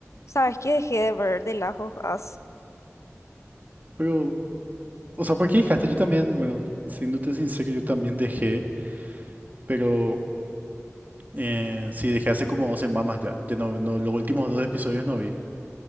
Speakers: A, on the left; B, on the right.
A: ¿Sabes que dejé de ver The Last of Us?
B: Pero, o sea, ¿por qué dejaste? Yo también, bueno, siéndote sincero, yo también dejé, pero eh, sí, dejé hace como dos semanas ya. Ya no, no, los últimos dos episodios no vi.